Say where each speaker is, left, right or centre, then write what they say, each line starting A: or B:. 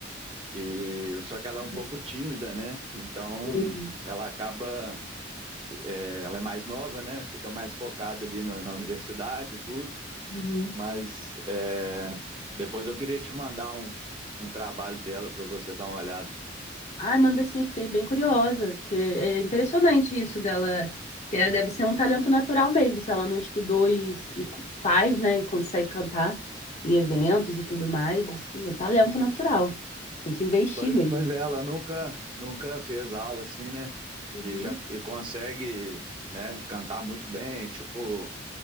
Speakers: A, on the right; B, on the left.
A: E só que ela
B: Uhum.
A: é um pouco tímida, né? Então
B: Uhum.
A: ela acaba, é, ela é mais nova, né? Fica mais focada ali no- na universidade e tudo.
B: Uhum.
A: Mas é, depois eu queria te mandar um, um trabalho dela para você dar uma olhada.
B: Ai, manda sim, fiquei bem curiosa, que é impressionante isso dela, que ela deve ser um talento natural mesmo, se ela não estudou e, e faz, né, e consegue cantar em eventos e tudo mais, isso é um talento natural. Tem que investir
A: Pois,
B: mesmo.
A: pois é, ela nunca, nunca fez aula assim, né?
B: Uhum.
A: E já e consegue, né, cantar muito bem, tipo